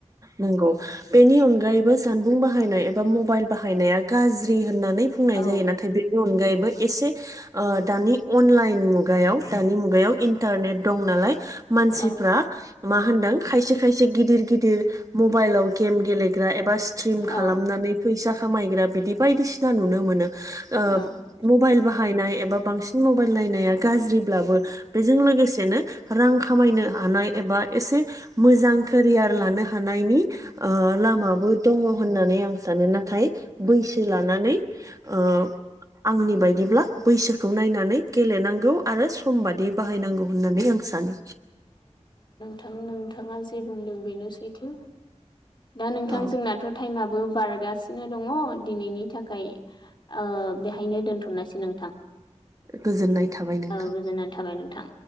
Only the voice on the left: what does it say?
औ
औ
औ
औ
थां नोंथाङा जे बुंदों बेनो सैथो दा नोंथां
जोंनाथ' टाइमा बो बारगासिनो दङ दिनैनि थाखाय ओ बेहायनो दोनथ'नायसै नोंथां।
औ गोजोननानै थाबाय नोंथां